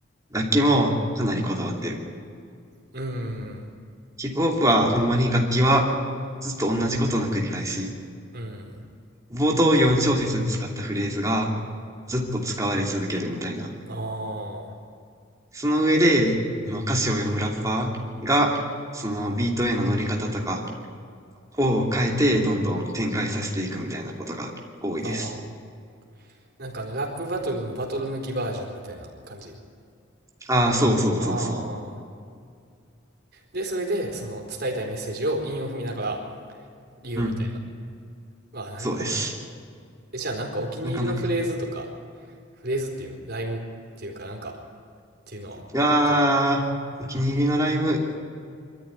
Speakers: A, on the right (about 15°); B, on the right (about 50°).
A: 楽器もかなりこだわってる。
B: うーん。
A: ヒップホップはほんまに楽器はずっと同じことの繰り返し。
B: うん。
A: 冒頭4小節使ったフレーズがずっと使われ続けるみたいな。
B: あ
A: その上で、あの歌詞を読むラッパーが、そのビートへの乗り方とかを変えてどんどん展開させていくみたいなことが多いです。
B: あ。ああ。なんかあの、ラップバトルのバトル抜きバージョンみたいな感じ。
A: ああ、そうそうそうそ
B: ああ。で、それで、その伝えたいメッセージを韻を踏みながら言うみたいな。
A: う。うん、
B: ああ、なるほど。
A: そうです。
B: え、じゃあなんかお気に入りのフレーズとか、
A: なかなか。
B: フレーズっていう、ライムっていうかなんかっていうのはあったり。
A: いやー、お気に入りのライブ。